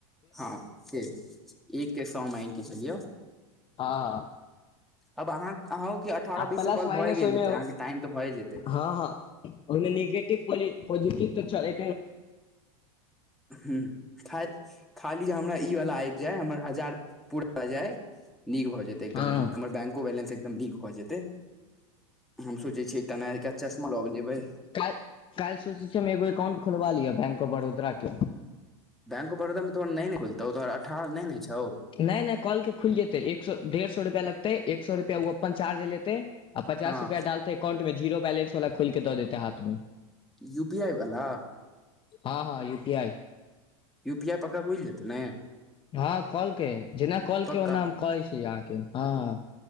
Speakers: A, in the centre; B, on the left (about 30°).
A: हँ से एक के सो मआनिके चलियौ
B: हँ हँ
A: अब अहाँ अहँं अठारह
B: आ
A: बीस
B: प्लस
A: कल
B: माइनस
A: भए गेल
B: ओहिमे
A: हेै अहाँके टाइम तऽ भए जेतै
B: हँ हँ ओहिमे नेगेटिव पॉ पॉजिटिव तऽ चलै
A: हं खा खाली जे हमरा ईवला आब जाय हमर हजार पूरा जाय नीक भऽ जेतै एकदम
B: हँ
A: नीक हमर बैंको बैलेंस एकदम नीक भऽ जेतै हम सोचै छीयै एकटा नयका चश्मा लेबै
B: काल काल्हि सोचै छीै एगो एककाउंट खोलबा लिय बैंक ऑफ बड़ोदरा के
A: बैंक ऑफ बड़ोदा मे तोहर नहि ने खुलतौ तोहर अठह नहि ने छौ
B: नहि नहि कल के खुल जेते एक सौ डेढ़ सौ रुपआ लगतै एक सौ रुपआ ओ अपन चार्ज लेै ते आ पचास
A: हँ
B: रुपआडालते अकाउंट मे जीरो बैलंस वाल खोल के दऽ देत हाथ मे
A: यूपी आइ वला
B: हँ हँ U P I
A: U P I पक्का खुइल जेतै ने
B: हँ कलके जेना कलके
A: पक्का
B: ओना हम कहै छी अहाँके हँ